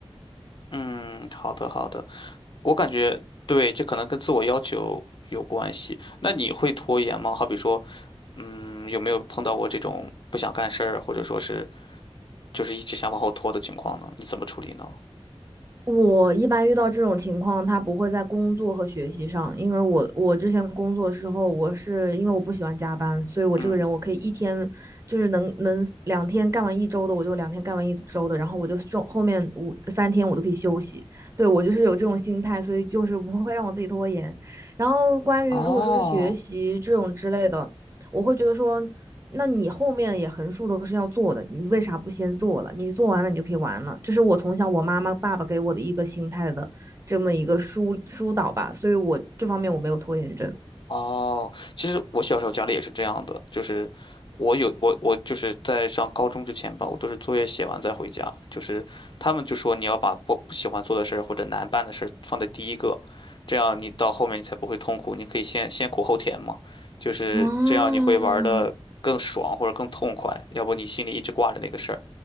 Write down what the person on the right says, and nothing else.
我一般遇到这种情况，他不会在工作和学习上，因为我我之前工作的时候，我是因为我不喜欢加班，所以我这个人我可以一天就是能能两天干完一周的，
我就两天干完一周的，然后我就中后面五三天我都可以休息。对，我就是有这种心态，所以就是不会让我自己拖延。然后关于如果说是学习这种之类的，
我会觉得说，那你后面也横竖都是要做的，你为啥不先做了？你做完了，你就可以玩了。这是我从小我妈妈、爸爸给我的一个心态的这么一个疏疏导吧，所以我这方面我没有拖延症。
哦，